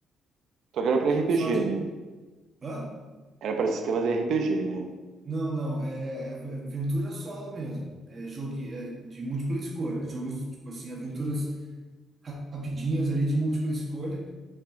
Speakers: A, on the right; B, on the right.
A: Só que era para RPG,
B: só de
A: né?
B: Hã?
A: Era para sistemas de RPG, né?
B: Não, não, é, é aventura solo mesmo. É jogo é de múltipla escolha. Jogos, tipo assim, aventuras rapidinhas ali de múltipla escolha.